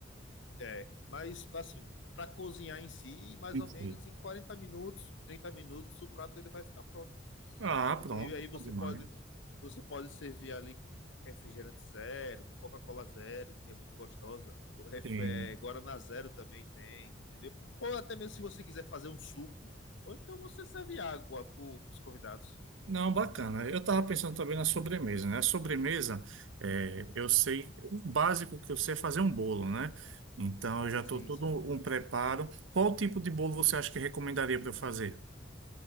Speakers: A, on the left; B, on the right.
A: É, mas assim, para cozinhar em si, mais
B: Enfim.
A: ou menos em 40 minutos, 30 minutos, o prato ele vai ficar pronto,
B: Ah,
A: entendeu?
B: pronto,
A: E aí você
B: bom demais.
A: pode, você pode servir ali com refrigerante zero, Coca-Cola zero, que é muito gostosa, ref-
B: Sim.
A: é, Guaraná zero também tem, entendeu? Ou até mesmo se você quiser fazer um suco, ou então você serve água para os convidados.
B: Não, bacana. Eu estava pensando também na sobremesa, né? A sobremesa, é, eu sei, o básico que eu sei é fazer um bolo, né? Então eu já estou
A: Sim,
B: todo
A: sim.
B: um preparo. Qual tipo de bolo você acha que recomendaria para eu fazer?